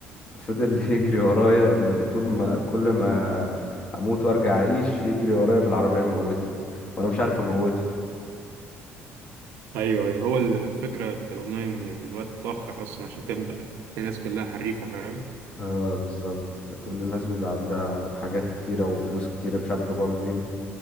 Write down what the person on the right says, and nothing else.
أيوه أيوه هو الفكرة في الأونلاين إن الوقت متأخر أصلا عشان تبدأ الناس كلها حريفة فاهم